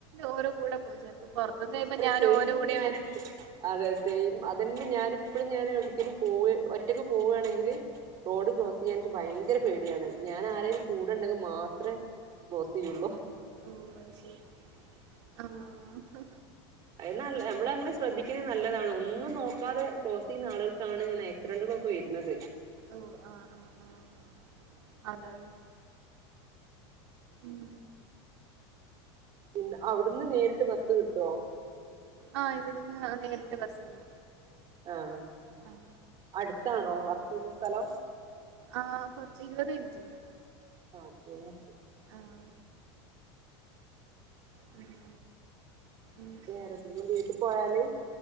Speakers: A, on the right (about 75°); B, on the right (about 25°).
A: ഓരോ കൂടെ പോയി ചിലപ്പോൾ പുറത്തുന്ന് വരുമ്പോ ഞാൻ
B: സെയിം
A: ഓരോ കൂടെ
B: ഞാന്
A: വരുന്നത്
B: അതെ സെയിം അതന്നെ ഞാനിപ്പഴും ഞാൻ ഒട്ക്കേലും പോവ ഒറ്റയ്ക്ക് പോവുകയാണെങ്കിൽ റോഡ് ക്രോസ് ചെയ്യാൻ ഭയങ്കര പേടിയാണ് ഞാൻ ആരേങ്കിലും കൂടെണ്ടെങ്കിൽ മാത്രേ ക്രോസ്സ് ചെയ്യോള്ളോ
A: ഓഹ് അത്ശരി ആഹ്
B: അത് നല്ല നമ്മളങ്ങനെ ശ്രദ്ധിക്കുന്നത് നല്ലതാണ് ഒന്നും നോക്കാതെ ക്രോസെയ്യുന്ന ആളുകൾക്കാണ് ഇങ്ങനെ <unintelligible> ഇപ്പൊ വരുന്നത്
A: ഓഹ് ആഹ് ആഹ് ആഹ് അതാണ് ഉം
B: പിന്നെ അവിടുന്ന് നേരിട്ട് ബസ് കിട്ടുവോ
A: ആഹ് ഇവിടുന്ന് നേരിട്ട് ബസ്സുണ്ട്
B: ആഹ്
A: ആഹ
B: അടുത്താണോ വർക്ക് ചെയ്യുന്ന സ്ഥലം
A: ആഹ് കുറച്ച് ഇരുപത് മിനിറ്റ് ഉണ്ട്
B: ആഹ് എന്ന് എച്ച്
A: ആഹ് അങ്ങനെ ഉം
B: വേറെ എന്തെങ്കിലും വീട്ടിൽ പോയാല്